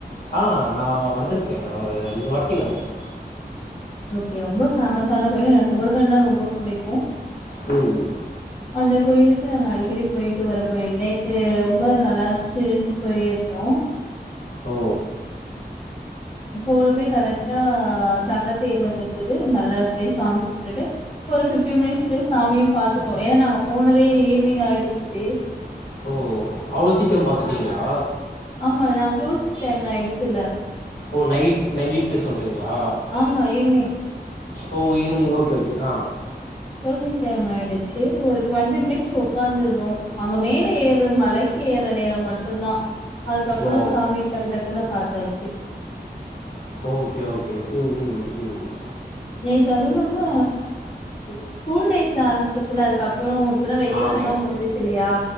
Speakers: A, on the left; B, on the left.
A: ஆ நா வந்திர்க்கே நா ஒரு ரெண்டு வாட்டி வந்திர்க்கே
B: ஓகே ரொம்ப ஃபேமஸான கோயிலு எனக்கு முருகன்னா ரொம்ப புடிக்கு
A: ம் ம்
B: அந்த கோயிலுக்கு நாங்க அடிக்கடி போய்ட்டு வர கோயில் நேத்து ரொம்ப நல்லார்ந்ச்சு போயிர்ந்தோ
A: ஓ
B: போறப்பயே கரெக்ட்டா தங்க தேர் வந்திர்ந்துது நல்லா அப்டியே சாமி கும்ட்டுட்டு ஒரு ஃபிஃப்டின் மினிட்ஸ்லயே சாமியு பாத்துட்டோ ஏனா நாங்க போனதே ஈவினி்ங் ஆய்டுச்சு
A: ஓ அவ்ளோ சீக்கிரோ பாத்துட்டீங்களா
B: ஆமா அதா க்ளோசிங் டைம் ஆய்டுச்சில்ல
A: ஓ நைட் நைட்டு சொல்றீங்ளா
B: ஆமா ஈவினிங்
A: ஓ ஈவினிங் ஓகே ஓகே ஆ
B: க்ளோசிங் டைம் ஆயிடுச்சு ஒரு டுவெண்ட்டி மினிட்ஸ் ஒக்காந்திருந்தோ அங்க மேல ஏர்ற மலைக்கு ஏர்ற நேரோ மட்டுந்தா அதுக்கப்றோ
A: ஓ
B: சாமிய டக்கு டக்குன்னு பாத்தாச்சு
A: ஓகே ஓகே ம் ம் ம் ம் ம்
B: நேத்து அது இல்லாம ஸ்கூல் டேஸ் ஆரம்மிச்சிர்ச்சில்ல அதுக்கப்றோ இப்பதா வெக்கேஷன்லா
A: ஆமா.
B: முடிஞ்சிர்ச் இல்லையா